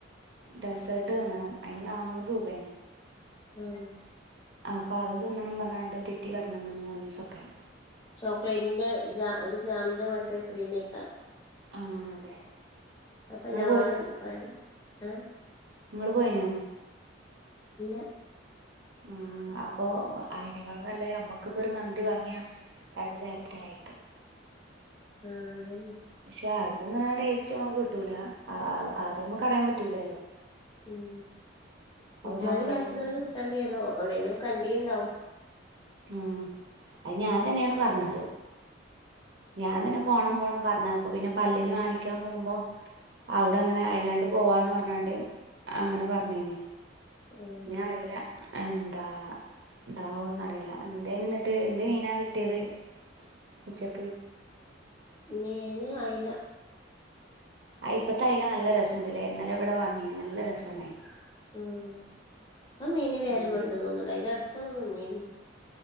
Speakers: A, on the right (about 60°); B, on the left (about 20°).
A: ഡെസേർട്ട് തിന്നണം അതിന് നാന്നൂറ് രൂപേണ്
B: ഉം
A: അപ്പൊ അത് തിന്നണം പറഞ്ഞാണ്ട് തെറ്റി കടന്ന്ക്കെണ് മോനുസൊക്കെ
B: ചോക്ലേറ്റിന്റെ ജ ഒര് ജാമിന്റെ പോലത്തെ ക്രീംമ്മേക്കാലോ
A: ആ അതെ
B: അപ്പ
A: ഇങ്ങള്
B: എല്ലാരും പറയെണ് ഏഹ്
A: നിങ്ങള് പോയിനോ
B: ഇല്ല
A: മം അപ്പൊ അയിനേക്കാളും നല്ലത് നമ്മക്കിപ്പോഒരു മന്തി വാങ്ങിയാ രണ്ടു നേരത്തിന് കഴിക്കാം
B: ആഹ് അതനെ
A: പക്ഷെ അത് തിന്നുന്ന ടേസ്റ്റ് നമ്മുക്ക് കിട്ടൂല ആഹ് ആഹ് അത് നമുക്ക് അറിയ പറ്റൂലല്ലോ
B: ഉം കുട്ടികളെ
A: അപ്പൊ മക്കളപ്പം
B: വിചാരിച്ചിട്ടാണ് കിട്ടാണ്ടി വരുവോ ഒവിടെലും കണ്ടീണ്ടാവും
A: ആഹ് അത് ഞാൻ തന്നെയാണ് പറഞ്ഞത് ഞാൻ തന്നെ
B: ഉം
A: പോണം പോണം പറഞ്ഞ ഇപ്പൊ പിന്നെ പല്ലിന് കാണിക്കാൻ പോകുമ്പോ അവിടെ അങ്ങനെ അയിലാണ്ട് പോവാന്ന് പറഞ്ഞാണ്ട് അങ്ങനെ പറഞ്ഞിനി
B: ഉം
A: ഞ്ഞ് അറീല എന്താ എന്താവോന്നറിയില്ല എന്തയിനുന്നിട്ട് എന്ത് മീനാ കിട്ടിയത് ഉച്ചക്ക്
B: മീന് അയ്ല
A: ആയി പ്പത്തെ അയല നല്ല രസണ്ട്ല്ലേ എന്നലെ ഇവിടെ വാങ്ങീന് നല്ല രസുണ്ടായിനു
B: ആഹ് അമീൻ വേറെ
A: ഉം
B: വണ്ട് തോന്നെണ് അതിന്റെടു ക്കൊന്നു നിന്നിനു